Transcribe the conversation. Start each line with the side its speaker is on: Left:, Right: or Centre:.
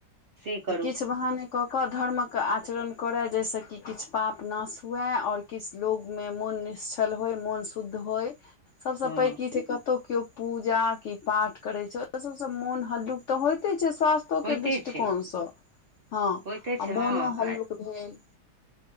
Right: से करू
Left: जे किछु बहाने कऽ कऽ धर्मके आचरण करै, जाहिसँ कि किछु पाप नाश होइ आओर किछु लोकमे मोन निश्छल होय, मोन शुद्ध होइ। सभसँ
Right: हँ
Left: पैघ की छै, कतहु केओ पूजा कि पाठ करै छै, ओ सभसँ मोन हलुक तऽ होइते छै, स्वास्थ
Right: होइते
Left: के दृष्टिकोणसँ
Right: छै
Left: हँ,
Right: होइते छै
Left: आ
Right: हँ
Left: मोनो हलुक
Right: आ
Left: भेल।